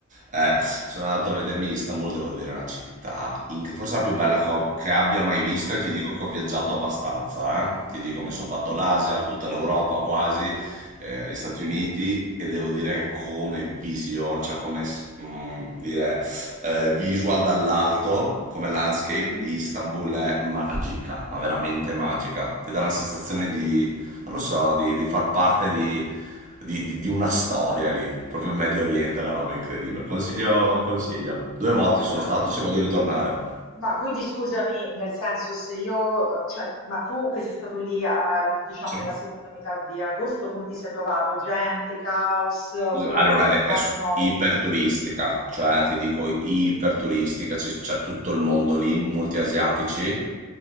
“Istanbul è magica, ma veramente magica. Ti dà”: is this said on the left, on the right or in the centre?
Right